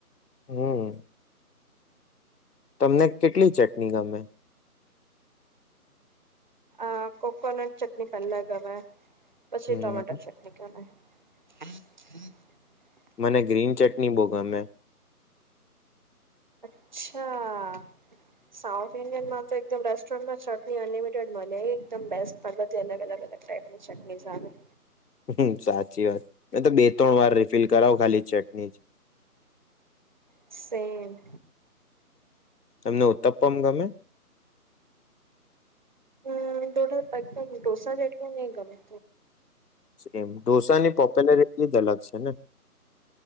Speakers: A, on the left (about 75°); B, on the right (about 30°).
A: હમ, તમને કેટલી ચટણી ગમે?
B: અં કોકોનટ ચટની પેલ્લા ગમે પછી
A: હમ
B: ટમેટર ચટની ગમે. <unintelligible>
A: મને ગ્રીન ચટણી બોગમે.
B: અચ્છા. સાઉથ ઇન્ડિયન માત્ર એકદમ રેસ્ટોરન્ટમાં ચટણી અનલિમિટેડ મળે એકદમ બેસ્ટ બધી અલગ અલગ અલગ ટાઈપ ની ચટનીઝ ચાલે
A: હમ સાચી વાત એ તો બે ત્રણ વાર રિફિલ કરાવો ખાલી ચટણી.
B: સેમ.
A: એમને ઉતપ્પમ ગમે.
B: મને થોડું <unintelligible> ઢોસા ને જેટલું ની ગમે.
A: એમ ઢોસા ની પોપ્યુલરિટી જ અલગ છે ને.